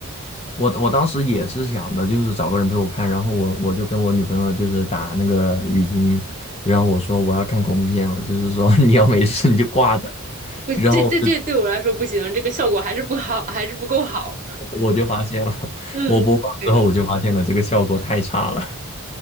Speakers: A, on the left; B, on the right.
A: 我我当时也是想的，就是找个人陪我看，然后我我就跟我女朋友就是打那个语音，然后我说我要看恐怖片了，就是说 <laughs> 你要没事你就挂着，
B: 不，
A: 然后我就
B: 这这这对我来说不行，这个效果还是不好，还是不够好。
A: 我就发现了，
B: 嗯，
A: 我播放之后我就发现了这个效果太差了，
B: 对的，